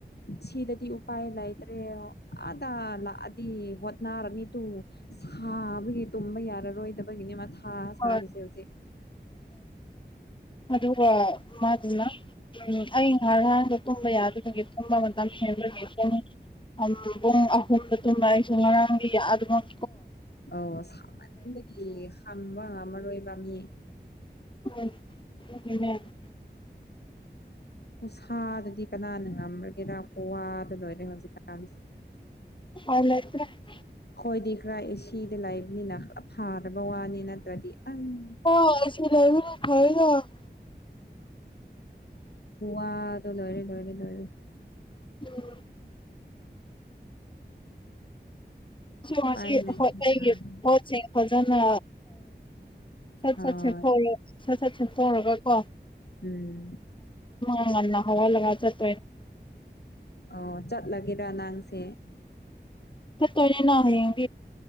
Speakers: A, on the left (about 65°); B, on the left (about 25°).
A: ꯁꯤꯗꯗꯤ ꯎꯄꯥꯏ ꯂꯩꯇ꯭ꯔꯦ ꯑꯗ ꯂꯛꯑꯥꯗꯤ ꯍꯣꯠꯅꯔꯅꯤ ꯗꯨ ꯁꯕ ꯇꯨꯝ ꯌꯥꯔ ꯔꯣꯏꯗꯕꯒꯤꯅꯦ ꯃꯥ ꯊꯥ
B: ꯍꯣꯏ
A: ꯁꯥꯔꯤꯁꯦ ꯍꯧꯖꯤꯛ
B: ꯗꯨꯒ ꯃꯥꯗꯨꯅ ꯎꯝ ꯑꯩ ꯉꯔꯥꯡꯗ ꯇꯨꯝꯕ ꯌꯥꯗꯕꯒꯦ ꯇꯨꯝꯕ ꯃꯇꯝ ꯍꯦꯟꯕꯒꯤ ꯗꯨꯝ ꯄꯨꯡ ꯑꯍꯨꯝꯗ ꯇꯨꯝꯕ ꯑꯩꯁꯨ ꯉꯔꯥꯡꯒꯤ ꯑꯗꯨꯃꯛ
A: ꯑꯧ ꯁꯃꯟꯕꯒꯤ ꯍꯪꯕ ꯉꯝꯃꯔꯣꯏꯕ ꯃꯤ
B: ꯎꯝ ꯎꯝ <inaudible>
A: ꯁꯥꯗꯗꯤ ꯀꯅꯥꯅ ꯉꯝꯔꯒꯦꯔ ꯀꯋꯥꯗ ꯂꯣꯏꯔꯦ ꯍꯧꯖꯤꯛꯀꯥꯟꯁꯦ <inaudible>
B: ꯑ꯭ꯔ <unintelligible>
A: ꯍꯣꯏꯗꯤ ꯈꯔ ꯑꯦꯁꯤ ꯂꯩꯕꯅꯤꯅ ꯈꯔ ꯐꯥꯔꯕ ꯋꯥꯅꯤ ꯅꯠꯇ꯭ꯔꯗꯤ ꯑꯩ
B: ꯍ ꯑꯦꯁꯤ ꯂꯩꯥꯏꯕꯔꯤ ꯐꯑꯒ <unintelligible>
A: ꯋꯥꯗ ꯂꯣꯏꯔꯦ ꯂꯣꯏꯔꯦ ꯂꯣꯏꯔꯦ
B: ꯎꯝ <inaudible>
A: ꯎꯄꯥꯏ
B: ꯃꯁꯤ
A: ꯂꯩꯇ꯭ꯔꯦ
B: <inaudible> ꯑꯩꯒꯤ
A: ꯁꯥꯕꯅ
B: ꯄꯣꯠꯁꯦ ꯐꯖꯅ ꯁꯠ ꯁꯠ
A: ꯑ
B: ꯁ <inaudible> ꯛ ꯁꯠ ꯁꯠ ꯁꯦꯠꯇꯣꯛꯔꯒ ꯀꯣ
A: ꯎꯝ
B: ꯑꯉꯅ ꯍꯋꯥ ꯂꯥꯏ ꯆ <unintelligible>
A: ꯑꯣ ꯆꯠꯂꯒꯦꯔꯥ ꯅꯥꯡꯁꯦ
B: <unintelligible>